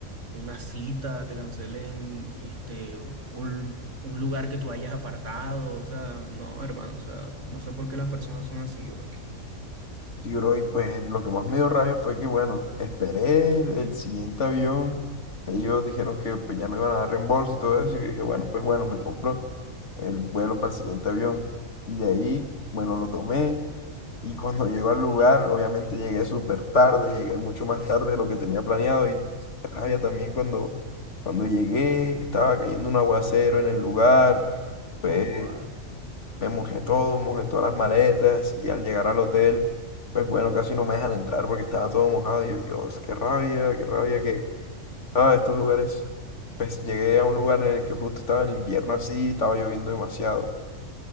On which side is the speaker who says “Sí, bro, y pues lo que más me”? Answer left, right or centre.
Left